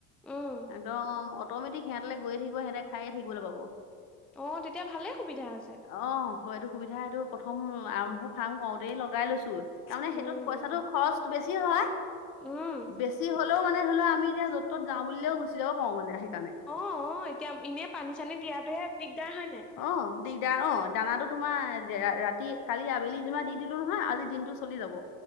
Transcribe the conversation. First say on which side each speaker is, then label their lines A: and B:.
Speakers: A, in the centre; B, on the left.
A: উম,
B: একদম অট'মেটিক সিহঁতলে গৈ থাকিব সিহঁতেক খাইয়ে থাকিবলৈ পাব
A: অ', তেতিয়া ভালেই সুবিধা আছে।
B: অ এইটো সুবিধা এইটো প্ৰথম আৰম্ভ ফাৰ্ম কৰওঁতেই লগাই লৈছো তাৰমানে
A: উম,
B: সেইটোত পইচাটো খৰচ বেছি হয়
A: উম।
B: বেছি হলেও মানে ধৰি লোৱা আমি এতি যত তত যাওঁ বোলিলেও গুচি যাব পাৰো মানে সেইকাৰণে
A: অ অ এতিয়া এনে পানী চানী দিয়াটোহে দিগদাৰ হয় নাই
B: অ', দিগদাৰ অ দানাটো তোমাৰ ৰাতি কালি আবেলি জেনিবা দি দিলো নহয় আজি দিনটো চলি যাব